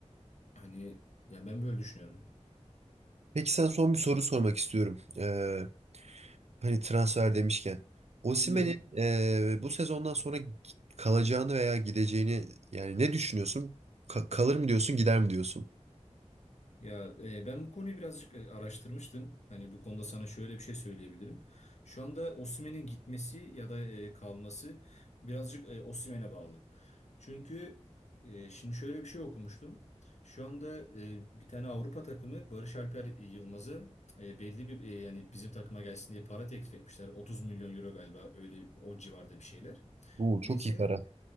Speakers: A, on the left; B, on the right.
A: Hani ya ben böyle düşünüyorum.
B: Peki sana son bir soru sormak istiyorum. Ee, Hani transfer demişken. Osimhen'in
A: Bilmiyorum.
B: eee, bu sezondan sonra kalacağını veya gideceğini yani ne düşünüyorsun? Ka- kalır mı diyorsun, gider mi diyorsun?
A: Ya e, ben bu konuyu birazcık e, araştırmıştım. Hani bu konuda sana şöyle bir şey söyleyebilirim. Şu anda Osimhen'in gitmesi ya da e, kalması birazcık e, Osimhen'e bağlı. Çünkü e, şimdi şöyle bir şey okumuştum. Şu anda e, bir tane Avrupa takımı Barış Alper Yılmaz'ı e, belli bir e, yani bizim takıma gelsin diye para teklif etmişler. 30 milyon euro galiba öyle o civarda bir şeyler.
B: Oo,
A: Neyse
B: çok iyi para.